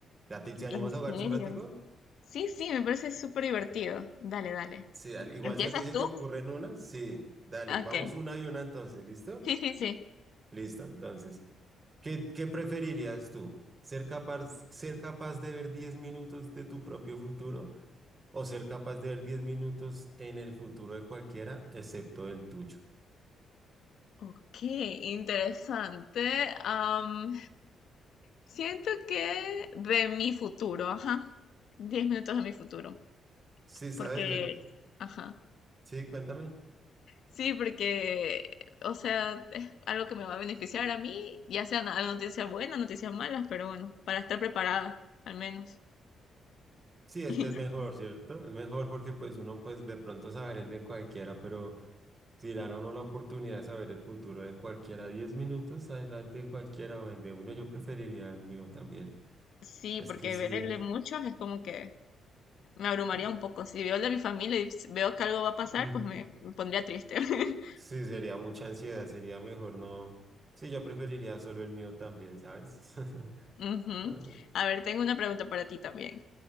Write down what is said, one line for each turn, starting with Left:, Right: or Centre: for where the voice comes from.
Right: ¿A ti te animas
Left: ¿En serio?
Right: a jugar un ratico?
Left: Sí, sí, me parece súper divertido. Dale, dale.
Right: Sí, dale. Igual
Left: ¿Empiezas
Right: si a ti se
Left: tú?
Right: te ocurren una, sí, dale,
Left: Ok.
Right: vamos una y una entonces, ¿listo?
Left: Sí, sí, sí.
Right: Listo, entonces, ¿qué, qué preferirías tú? ¿Ser capaz, ser capaz de ver 10 minutos de tu propio futuro? o ser capaz de ver 10 minutos en el futuro de cualquiera, excepto el tuyo.
Left: Ok, interesante. Am, siento que de mi futuro, ajá. Diez minutos de mi futuro.
Right: Sí, sabes,
Left: Porque,
Right: yo,
Left: ajá.
Right: sí, cuéntame.
Left: Sí, porque, o sea, es algo que me va a beneficiar a mí, ya sea una noticia buena, noticias malas, pero bueno, para estar preparada, al menos.
Right: Sí,
Left: <laughs>
Right: es que es mejor, ¿cierto? Es mejor porque pues uno pues de pronto saber el de cualquiera, pero si dan a uno la oportunidad de saber el futuro de cualquiera, 10 minutos adelante de cualquiera o el de uno, yo preferiría el mío también.
Left: Sí,
Right: Es
Left: porque
Right: que sí,
Left: ver el de muchos es como que me abrumaría
Right: eh,
Left: un poco. Si veo el de mi familia y s- veo que algo va a pasar,
Right: mm,
Left: pues me, me pondría triste. <laughs>
Right: sí, sería mucha ansiedad, sería mejor no. Sí, yo preferiría solo el mío también, ¿sabes? <laughs>
Left: Ujú.
Right: Ah,
Left: A ver, tengo una pregunta para ti también.